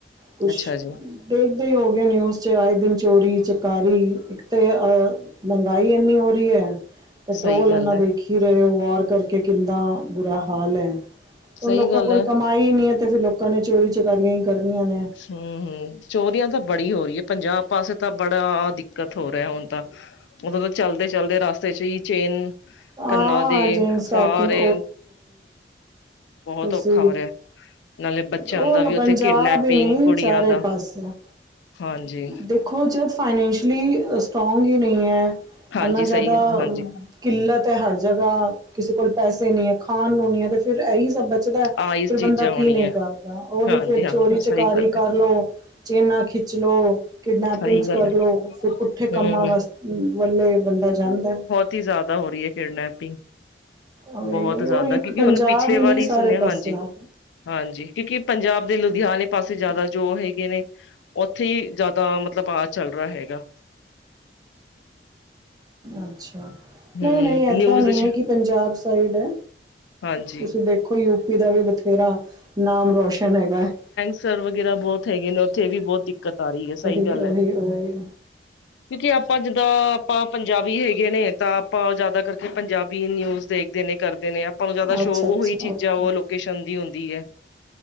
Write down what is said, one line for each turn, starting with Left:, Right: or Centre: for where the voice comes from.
Right: ਕੁਛ
Left: ਅੱਛਾ ਜੀ
Right: ਦੇਖਦੇ ਹੀ ਹੋਗੇਏ ਨਿਊਜ਼ 'ਚ, ਆਏ ਦਿਨ ਚੋਰੀ-ਚਕਾਰੀ, ਇੱਕ ਤੇ ਅ ਮਹਿੰਗਾਈ ਇੰਨੀ ਹੋ ਰਹੀ ਹੈ। ਪੈਟਰੋਲ
Left: ਸਹੀ ਗੱਲ
Right: ਇੰਨਾ
Left: ਹੈ
Right: ਦੇਖ ਹੀ ਰਹੇ ਹੋ, ਵੌਰ ਕਰਕੇ ਕਿੰਨਾ ਬੁਰਾ ਹਾਲ ਹੈ।
Left: ਸਹੀ
Right: ਹਣ ਲੋਕਾਂ
Left: ਗੱਲ
Right: ਕੋਲ
Left: ਹੈ।
Right: ਕਮਾਈ ਹੀ ਨਹੀਂ ਹੈ ਤੇ, ਫਿਰ ਲੋਕਾਂ ਨੇ ਚੋਰੀ- ਚਕਾਰੀਆਂ ਹੀ ਕਰਨੀਆਂ ਨੇ।
Left: ਹਮ ਹਮ, ਚੋਰੀਆਂ ਤਾਂ ਬੜੀ ਹੋ ਰਹੀ ਹੈ ਪੰਜਾਬ ਪਾਸੇ ਤਾਂ, ਬੜਾ ਦਿੱਕਤ ਹੋ ਰਿਹਾ ਹੁਣ ਤਾਂ। ਉਦੋਂ ਤਾਂ ਚਲਦੇ-ਚਲਦੇ ਰਸਤੇ 'ਚ ਹੀ, ਚੇਨ
Right: ਹਾਂ
Left: ਕੰਨਾਂ ਦੇ
Right: ਜੇਮਸ ਕੈਕਿੰਗ
Left: ਸਾਰੇ ਬਹੁਤ
Right: ਬਸ
Left: ਔਖਾ
Right: ਇਹ ਹੀ,
Left: ਹੋ ਰਿਹਾ ਨਾਲੇ ਬੱਚਿਆਂ
Right: ਉਹ
Left: ਦਾ
Right: ਪੰਜਾਬ
Left: ਵੀ ਉੱਥੇ
Right: ਪੰਜਾਬ
Left: ਕਿਡਨੈਪਿੰਗ
Right: ਵੀ ਨਹੀਂ,
Left: ਕੁੜੀਆਂ
Right: ਚਾਰੇ
Left: ਦਾ
Right: ਪਾਸਿਆ
Left: ਹਾਂਜੀ।
Right: ਦੇ ਕੁਝ ਫਾਈਨੈਂਸ਼ਲੀ ਸਟਰੋਂਗ ਹੀ ਨਹੀਂ ਹੈ,
Left: ਹਾਂਜੀ
Right: ਇਨਾ ਜ਼ਿਆਦਾ
Left: ਸਹੀ ਗੱਲ ਹਾਂਜੀ
Right: ਕਿੱਲਤ ਹੈ ਹਰ ਜਗ੍ਹਾ, ਕਿਸੇ ਕੋਲ ਪੈਸੇ ਨਹੀਂ ਹੈ, ਖਾਣ ਨੂੰ ਨੀ ਹੈ ਤੇ ਫਿਰ ਇਹੀ ਸਭ ਜਿਦਾ
Left: ਆਹੀ ਚੀਜ਼ਾਂ
Right: ਫੇਰ ਬੰਦਾ
Left: ਹੋਣੀਆਂ
Right: ਕੀ ਨੀ ਕਰਦਾ ਉਹੀ
Left: ਹਾਂਜੀ
Right: ਫੇਰ
Left: ਹਾਂਜੀ
Right: ਚੋਰੀ
Left: ਸਹੀ
Right: ਚਕਾਰੀ
Left: ਗੱਲ ਹੈ
Right: ਕਰ ਲਓ। ਚੇਨਾ ਖਿੱਚ ਲੋ ਕਿਡਨੈਪਿੰਗਸ
Left: ਸਹੀ ਗੱਲ
Right: ਕਰ
Left: ਹੈ
Right: ਲਉ ਫੇਰ ਪੁੱਠੇ
Left: ਹਮ
Right: ਕੰਮਾਂ ਵਾਸ ਵੱਲੇ ਬੰਦਾ ਜਾਂਦਾ।
Left: ਦੀ ਜ਼ਾਦਾ ਹੋ ਰਹੀ ਐ ਕਿਡਨੈਪਿੰਗ।
Right: ਉਹੀ-
Left: ਬਹੋਤ ਜ਼ਿਆਦਾ
Right: ਉਹ ਇੱਕ
Left: ਕਿਉਂਕਿ
Right: ਪੰਜਾਬ
Left: ਹੁਨ ਪਿਛਲੇ
Right: ਹੀ ਨਹੀਂ
Left: ਵਾਰ ਈ
Right: ਸਾਰੇ
Left: ਸੁਣਿਆ
Right: ਪਾਸੇ
Left: ਹਾਂਜੀ।
Right: ਆ
Left: ਹਾਂਜੀ ਕਿਉਂਕਿ ਪੰਜਾਬ ਦੇ ਲੁਧਿਆਣੇ ਪਾਸੇ ਜ਼ਾਦਾ ਜੋ ਹੈਗੇ ਨੇ। ਉੱਥੇ ਹੀ ਜ਼ਾਦਾ ਮਤਲਬ ਆ ਚੱਲ ਰਿਹਾ ਹੈਗਾ।
Right: ਅੱਛਾ
Left: ਹਮ
Right: ਨਈ- ਨਈ ਏਦਾਂ
Left: ਨਿਊਜ਼
Right: ਨਹੀਂ
Left: ਚ
Right: ਹੈ ਕਿ ਪੰਜਾਬ ਸਾਈਡ ਐ।
Left: ਹਾਂਜੀ
Right: ਤੁਸੀਂ ਦੇਖੋ ਯੂਪੀ ਦਾ ਵੀ ਬਥੇਰਾ ਨਾਮ ਰੋਸ਼ਨ ਹੈਗਾ ਐ।
Left: ਸਰਵ ਗੈਰਾ ਬੋਤ ਹੈਗੇ ਨੇ ਉੱਥੇ ਵੀ ਬੋਤ ਦਿੱਕਤ ਆ ਰਹੀ ਹੈ ਸਹੀ
Right: ਓਹੀ-
Left: ਗੱਲ
Right: ਓਹੀ
Left: ਹੈ ਕਿਉਂਕਿ ਆਪਾਂ ਜਿੱਦਾਂ ਆਪਾਂ ਪੰਜਾਬੀ ਹੈਗੇ ਨੇ ਤਾਂ ਆਪਾਂ ਜ਼ਾਦਾ ਕਰਕੇ ਪੰਜਾਬੀ ਨਿਊਜ਼ ਦੇਖਦੇ ਨੇ ਕਰਦੇ ਨੇ ਆ- ਆਪਾਂ ਨੂੰ ਜ਼ਾਦਾ
Right: ਅੱਛਾ
Left: ਸ਼ੋ
Right: ਅੱਛਾ
Left: ਉਹੀ ਚੀਜ਼ਾਂ
Right: ਓਕੇ
Left: ਉਹ ਲੋਕੇਸ਼ਨ ਦੀ ਹੁੰਦੀ ਹੈ।